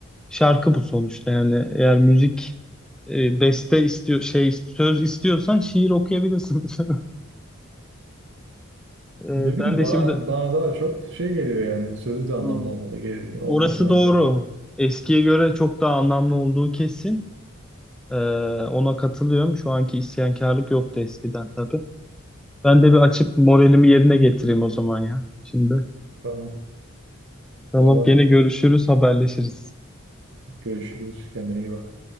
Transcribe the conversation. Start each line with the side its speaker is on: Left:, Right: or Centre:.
Centre: Şarkı bu sonuçta yani eğer müzik e, beste istiyor şey söz istiyorsan şiir okuyabilirsin <laughs> E,
Right: Ne bileyim
Centre: ben de
Right: bana,
Centre: şimdi
Right: bana daha çok şey geliyor yani. Sözü de anlamlı
Centre: hmm,
Right: olmalı, ge- olmalı
Centre: orası doğru.
Right: bence.
Centre: Eskiye göre çok daha anlamlı olduğu kesin. E, ona katılıyorum. Şu anki isyankarlık yoktu eskiden tabii. Ben de bir açıp moralimi yerine getireyim o zaman ya şimdi.
Right: Tamam.
Centre: Tamam
Right: O zaman
Centre: gene görüşürüz haberleşiriz.
Right: görüşürüz. Kendine iyi bak.